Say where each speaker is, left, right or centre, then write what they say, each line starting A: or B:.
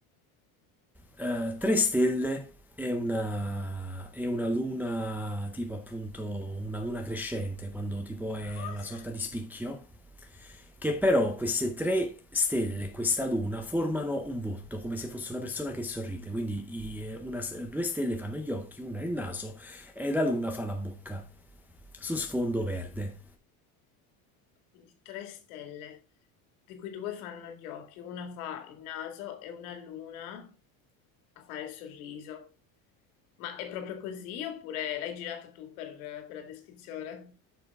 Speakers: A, in the centre; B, on the left.
A: eh, tre stelle e una, e una luna, tipo appunto una luna crescente, quando tipo è
B: Cosa?
A: una sorta di spicchio, che però queste tre stelle, questa luna, formano un volto, come se fosse una persona che sorride. Quindi i- una- due stelle fanno gli occhi, una il naso e la luna fa la bocca, su sfondo verde.
B: quindi tre stelle, di cui due fanno gli occhi, una fa il naso e una l'una a fare il sorriso. Ma è proprio così oppure l'hai girato tu per, per la descrizione?